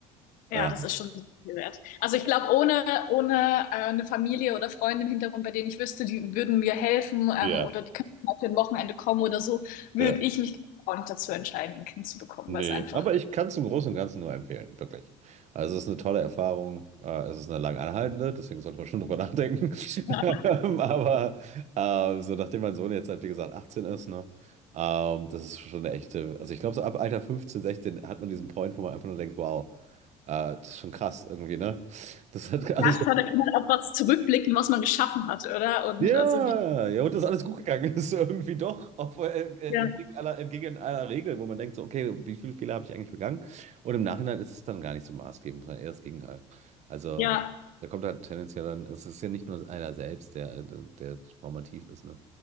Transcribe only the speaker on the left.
Ja,
das ist schon viel wert. Also ich glaube, ohne, ohne äh, eine Familie oder Freunde im Hintergrund, bei denen ich wüsste, die würden mir helfen ähm,
oder die könnten mal für ein Wochenende kommen oder so, würde
ich mich auch nicht dazu entscheiden, ein Kind zu bekommen,
weil es einfach.
Ja,
klar, da kann man auch was zurückblicken, was man geschaffen hat, oder? Und
also wie
Ja,
ja,